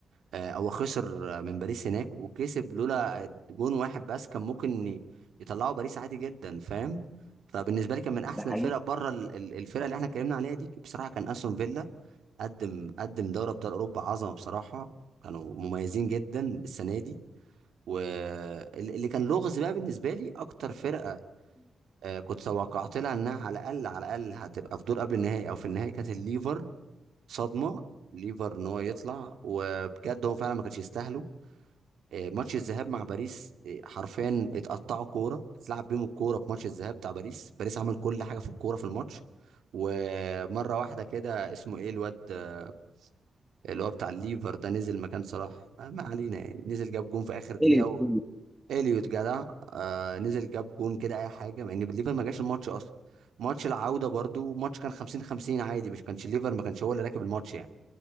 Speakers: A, on the right; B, in the centre.
A: آه، هو خسر من باريس هناك وكسب لولا جون واحد بس كان ممكن ي- يطلعوا باريس عادي جدا فاهم فبالنسبه لي كان من احسن
B: ده حقيقي
A: الفرق بره ال- ال- الفرق اللي احنا اتكلمنا عليها دي بصراحه كان استون فيلا قدم قدم دوري ابطال اوروبا عظمه بصراحه كانوا مميزين جدا السنه دي واللي كان لغز بقى بالنسبه لي اكتر فرقه آه، كنت توقعت لها انها على الاقل على الاقل هتبقى في دور قبل النهائي او في النهائي كانت الليفر صدمه ليفر ان هو يطلع وبجد هو فعلا ما كانش يستاهله آه، ماتش الذهاب مع باريس آه، حرفيا اتقطعوا كوره اتلعب بيهم الكوره في ماتش الذهاب بتاع باريس باريس عمل كل حاجه في الكوره في الماتش ومره واحده كده اسمه ايه الواد آه، اللي هو بتاع الليفر ده نزل مكان صلاح آه، ما علينا يعني نزل جاب جون في اخر دقيقه
B: إيه اللي-
A: و...
B: يقول؟
A: اليوت جدع آه نزل جاب جون كده اي حاجه مع ان الليفر ما جاش الماتش اصلا ماتش العوده برضو ماتش كان 50 50 عادي مش كانش الليفر ما كانش هو اللي راكب الماتش يعني